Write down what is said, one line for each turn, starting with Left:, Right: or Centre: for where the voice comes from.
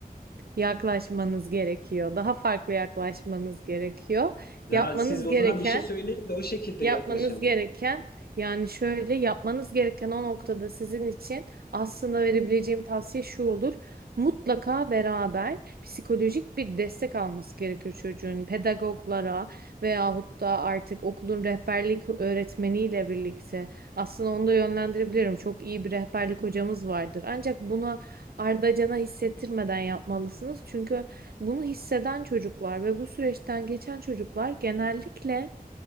Right: yaklaşmanız gerekiyor. Daha farklı yaklaşmanız gerekiyor.
Left: ya
Right: Yapmanız
Left: siz o
Right: gereken
Left: zaman bir şey söyleyin de o şekilde
Right: Yapmanız
Left: yaklaşalım.
Right: gereken yani şöyle yapmanız gereken o noktada sizin için aslında verebileceğim tavsiye şu olur. Mutlaka beraber psikolojik bir destek alması gerekiyor çocuğun. Pedagoglara veyahut da artık okulun rehberlik öğretmeniyle birlikte aslında onu da yönlendirebilirim. Çok iyi bir rehberlik hocamız vardır. Ancak bunu ardacana hissettirmeden yapmalısınız. Çünkü bunu hisseden çocuklar ve bu süreçten geçen çocuklar genellikle